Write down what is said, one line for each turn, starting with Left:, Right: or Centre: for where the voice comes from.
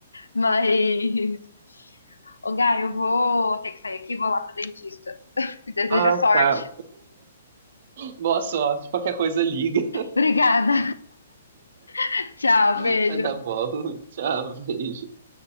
Left: mas... Ô, Gá, eu vou ter que sair aqui, vou lá pro dentista. <laughs> Desejo
Right: Ah,
Left: a sorte.
Right: tá. Boa sorte. Qualquer coisa, liga.
Left: Obrigada. <laughs> Tchau,
Right: <laughs>
Left: beijo.
Right: Vai dar bola. <laughs> Tchau, beijo.